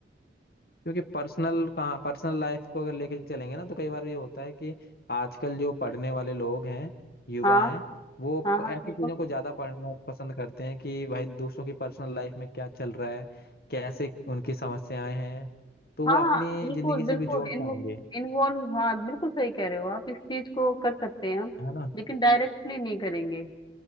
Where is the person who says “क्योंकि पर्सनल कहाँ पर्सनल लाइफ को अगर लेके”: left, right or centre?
Left